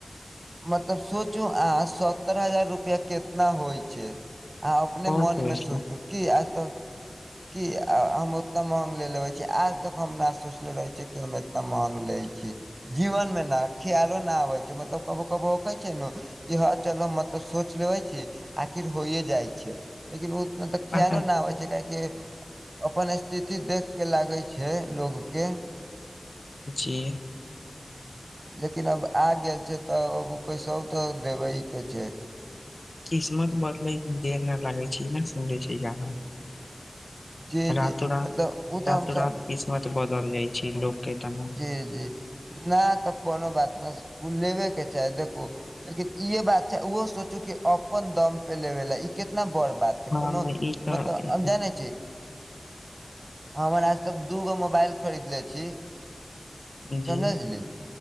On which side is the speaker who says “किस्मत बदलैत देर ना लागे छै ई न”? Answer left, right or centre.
Left